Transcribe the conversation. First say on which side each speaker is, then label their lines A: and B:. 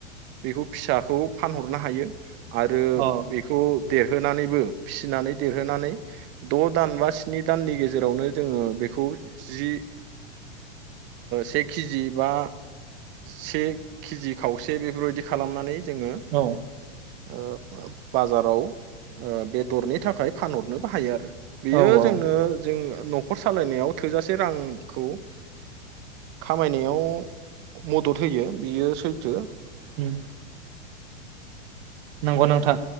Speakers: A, on the right (about 35°); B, on the right (about 55°).
A: बेखौ फिसाखौ फानहरनो हायो। आरो
B: औ
A: बेखौ देरहोनानैबो फिसिनानै देरहोनानै द' दान बा स्नि दाननि गेजेरावनो जोङो बेखौ जि से केजि बा से केजि खावसे बेफोरबायदि खालामनानै जोङो
B: औ
A: ओ बाजाराव ओ बेदरनि थाखाय फानहरनोबो हायो आरो। बेयो
B: औ औ
A: जोंनो जों न'खर सालायनायाव थोजासे रांखौ खामायनायाव मदद होयो बियो सैथो।
B: उम नोंगौ नोंथां